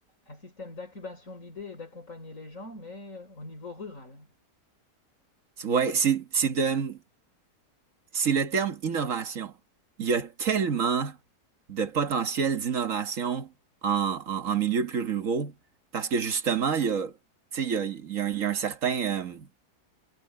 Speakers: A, on the left; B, on the right.
A: un système d'incubation d'idées et d'accompagner les gens, mais euh, au niveau rural.
B: c'est- ouais, c'est, c'est de, c'est le terme innovation. Il y a tellement de potentiel d'innovation en, en, en milieu plus ruraux parce que justement, il y a, tu sais, il y a, il y a, un il y a un certain euh,